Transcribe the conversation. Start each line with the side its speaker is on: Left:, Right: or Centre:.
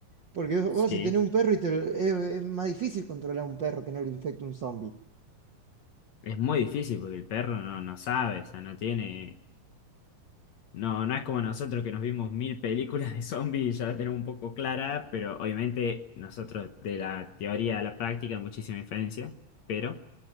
Right: Porque vos
Left: Sí,
Right: si tenés un perro y te lo- es, es más difícil controlar a un perro que no lo infecte un zombie.
Left: es muy difícil porque el perro no, no sabe, o sea, no tiene No, no es como nosotros que nos vimos mil películas de zombies y ya la tenemos un poco clara, pero obviamente nosotros de la teoría a la práctica hay muchísima diferencia, pero